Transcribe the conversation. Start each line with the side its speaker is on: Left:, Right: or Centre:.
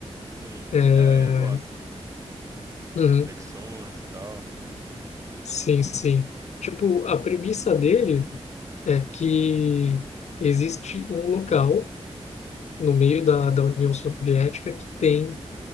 Right: Sim,
Left: É,
Right: é, eu gosto dessas
Left: uhum,
Right: reflexões e tal.
Left: sim, sim. Tipo, a premissa dele é que existe um local no meio da, da União Soviética que tem